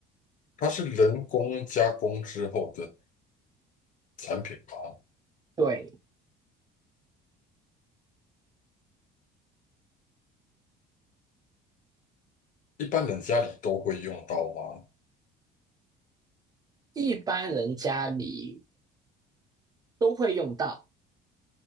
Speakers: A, on the left; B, on the right.
A: 它是人工加工之后的产品吗？
B: 对，
A: 一般人家里都会用到吗？
B: 一般人家里都会用到，嗯